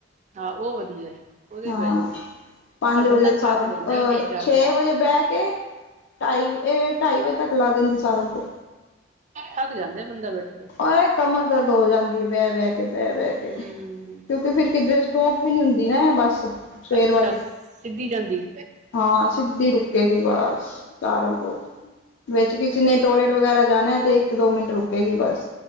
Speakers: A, on the right; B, on the left.
A: ਹਾਂ ਉਹ ਵਧੀਆ। ਉਹਦੇ
B: ਹਾਂ
A: ਬਹਿ ਜਾਓ
B: ਪੰਜ
A: ਪਰ ਬੰਦਾ
B: ਵਜੇ
A: ਥੱਕ
B: ਸਹਾਰਨ
A: ਜਾਂਦਾ
B: ਅਹ
A: ਉਹਦੇ ਜਾ
B: ਛੇ
A: ਕੇ
B: ਵਜੇ ਬਹਿ ਕੇ। ਢਾਈ ਇਹ ਢਾਈ ਵਜੇ ਤੱਕ ਲਾ ਦਿੰਦੀ ਸਹਾਰਨਪੁਰ।
A: ਥੱਕ ਜਾਂਦੇ ਆ ਬੰਦਾ ਬੈਠੇੇ-ਬੈਠੇ।
B: ਅਰੇ ਕਮਰ ਦਰਦ ਹੋ ਜਾਂਦੀ ਹੈ ਬਹਿ-ਬਹਿ ਕੇ ਬਹਿ-ਬਹਿ ਕੇ।
A: ਹਮ
B: ਕਿਉਂਕਿ ਫਿਰ ਕਿਧਰੇ ਸਟੋਪ ਵੀ ਨੀ ਹੁੰਦੀ ਨਾ ਇਹ ਬੱਸ। ਸਵੇਰ
A: ਅੱਛਾ
B: ਵਾਲੀ
A: ਸਿੱਧੀ ਜਾਂਦੀ।
B: ਹਾਂ ਸਿੱਧੀ ਰੁਕੇਗੀ ਬਸ ਸਹਾਰਨਪੁਰ। ਵਿੱਚ ਕਿਸੇ ਨੇ ਟਾਇਲਟ ਵਗੈਰਾ ਜਾਣਾ ਹੈ ਤੇ ਇੱਕ-ਦੋ ਮਿੰਟ ਰੁਕੇਗੀ ਬੱਸ।